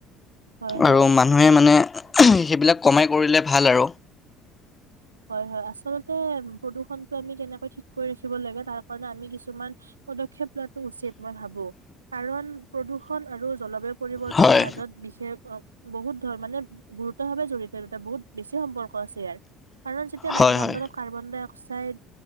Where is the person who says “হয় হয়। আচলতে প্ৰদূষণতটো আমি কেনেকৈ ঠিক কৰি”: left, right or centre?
Right